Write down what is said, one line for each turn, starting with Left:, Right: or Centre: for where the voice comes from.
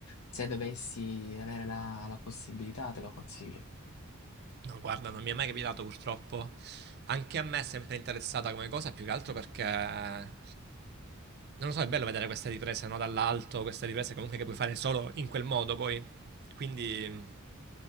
Left: se dovessi avere la la possibilità te lo consiglio.
Right: No, guarda, non mi è mai capitato purtroppo. Anche a me è sempre interessata come cosa, più che altro perché, non lo so, è bello vedere questa ripresa, no? Dall'alto, questa ripresa comunque che puoi fare solo in quel modo poi. Quindi mm, mi